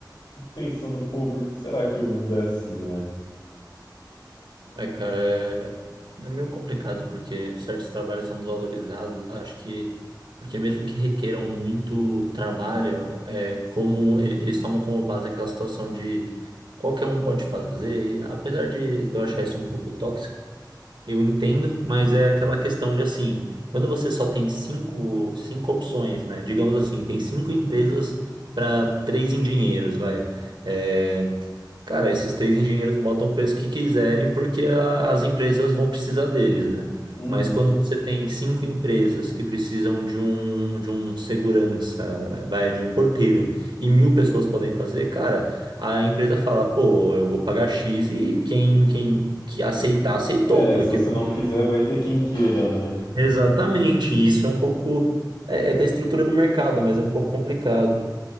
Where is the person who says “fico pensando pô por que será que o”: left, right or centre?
Left